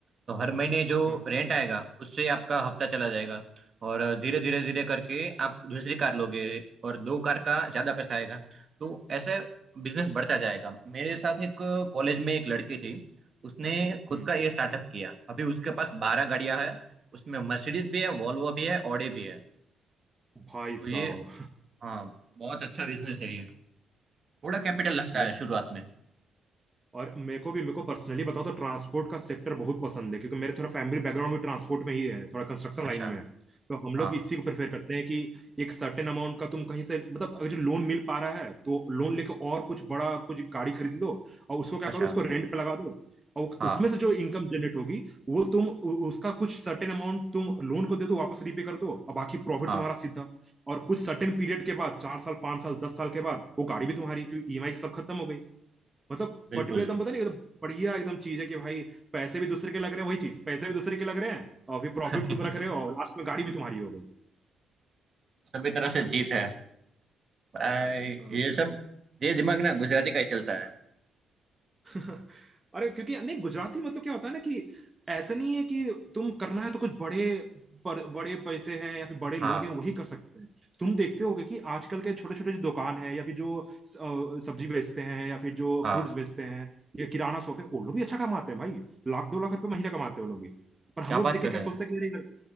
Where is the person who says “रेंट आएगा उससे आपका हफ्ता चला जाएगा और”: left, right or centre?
Right